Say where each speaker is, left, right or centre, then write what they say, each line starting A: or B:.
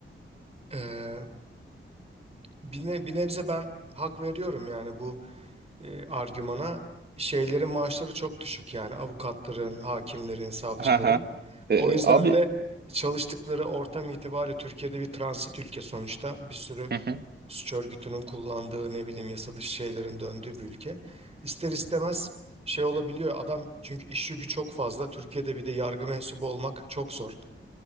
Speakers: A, on the right; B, on the right.
A: Ee, bir, ne- bir nebze ben hak veriyorum yani bu e, argümana. Şeylerin maaşları çok düşük yani avukatların, hakimlerin, savcıların.
B: Ha ha. Ee,
A: O yüzden
B: abi
A: de çalıştıkları ortam itibariyle Türkiye'de bir transit ülke sonuçta. Bir sürü
B: Hı hı,
A: suç örgütünün kullandığı ne bileyim yasa dışı şeylerin döndüğü bir ülke. İster istemez şey olabiliyor adam çünkü iş yükü çok fazla. Türkiye'de bir de yargı mensubu olmak çok zor.